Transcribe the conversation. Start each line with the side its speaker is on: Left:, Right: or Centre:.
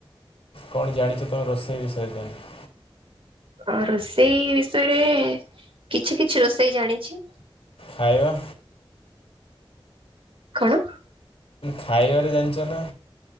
Left: କଣ ଜାଣିଛ ତମ ରୋଷେଇ ବିଷୟରେ ତମେ?
Right: ଅ ରୋଷେଇ ବିଷୟରେ କିଛି କିଛି ରୋଷେଇ ଜାଣିଛି।
Left: ଖାଇବା?
Right: କଣ?
Left: ଖାଇବାରେ ଜାଣିଛ ନା